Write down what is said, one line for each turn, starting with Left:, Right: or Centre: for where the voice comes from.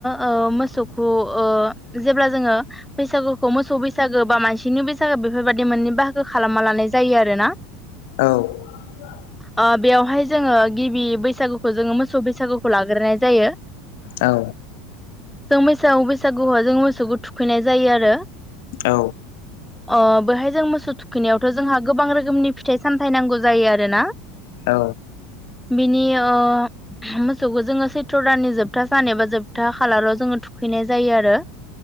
Centre: ओ मोसौखौ ओ जेब्ला जोङो बैसागुखौ मोसौ बैसागो बा मानसिनि बैसागो बेफोरबायदि मोननै बाहागो खालामना लानाय जायो आरोना।
Left: औ।
Centre: ओ बेवहाय जोङो गिबि बैसागुखौ जोङो मोसौ बैसागुखौ लाग्रोनाय जायो।
Left: औ।
Centre: जों बैसागु बैसागुआव जों मोसौखौ थुखैनाय जायो आरो।
Left: औ
Centre: अ' बेहाय जों मोसौ थुखैनायावथ' जोंहा गोबां रोखोमनि फिथाइ सामथाइ नांगौ जायो आरोना।
Left: औ
Centre: बिनि ओ मोसौखौ जोङो सैथ्र' दाननि जोबथा सान एबा जोबथा खालाराव जोङो थु खैनाय जायो आरो।